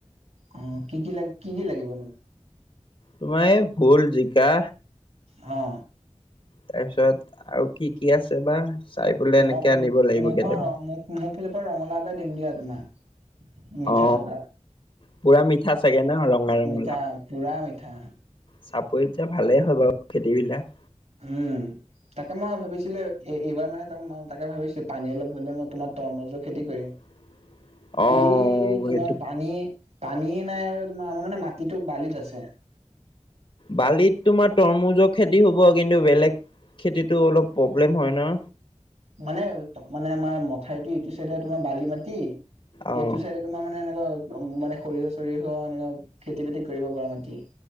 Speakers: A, on the right (about 65°); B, on the left (about 45°).
A: অ কি কি লাগ কি কি লাগিব নো?
B: তোমাৰ এই ভোল জিকা।
A: হা।
B: তাৰপিছত আৰু কি কি আছে বা। চাই পেলাই এনেকে
A: মোৰ
B: আনিব লাগিব কেইটামান।
A: পৰা মোৰ ফালৰ পৰা ৰঙালাউ এটা দিম দিয়া তোমাক। মিঠা
B: অ
A: থকা
B: পুৰা মিঠা চাগে ন ৰঙা ৰঙলাও
A: মিঠা পুৰা মিঠা।
B: চাপৰিত যে ভালেই হয় বাৰু খেতিবিলাক।
A: উ'ম। তাকে মই ভাবিছিলোঁ এইবাৰ মানে ত তাকে ভাবিছিলোঁ পানী অলপ হ'লে মই তোমাৰ তৰমুজৰ খেতি কৰিম।
B: <unintelligible> অ'
A: এই তোমাৰ
B: সেইটো
A: পানী পানীয়ে নাই আৰু তোমাৰ আমাৰ মানে মাটিতো বালিত আছে।
B: বালিত তোমাৰ তৰমুজৰ খেতি হ'ব কিন্তু বেলেগ খেতিতো অলপ প্ৰব্লেম হয় ন।
A: মানে মানে আমাৰ মথাইতটো ইটো চাইডে তোমাৰ বালি মাটি এইটো
B: অ'
A: চাইডে- তোমাৰ মানে এনেকুৱা উম মানে সৰিয়হ চৰিয়হ এনেকুৱা খেতি বাতি কৰিব পৰা মাটি।